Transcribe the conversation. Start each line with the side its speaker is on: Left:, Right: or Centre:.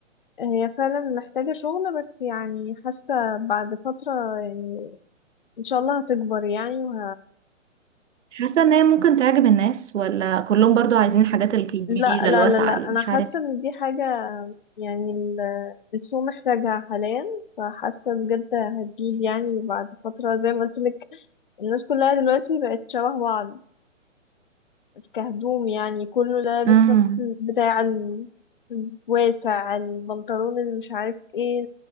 Left: هي فعلا محتاجة شغل بس يعني حاسة بعد فترة يعني إن شاء الله هتكبر يعني وه...
Right: حاسه ان هي ممكن تعجب الناس ولا كلهم برضو عايزين الحاجات الكبيره
Left: لا لا
Right: الواسعه
Left: لا لا
Right: اللي
Left: أنا
Right: مش
Left: حاسة
Right: عارف
Left: إن دي حاجة يعني ال- السوق محتاجها حاليا فحاسة بجد هتجيب يعني بعد فترة زي ما قلت لك الناس كلها دلوقتي بقت شبه بعض كهدوم يعني كله لابس
Right: امم
Left: نفس البتاع ال- الواسع البنطلون اللي مش عارف ايه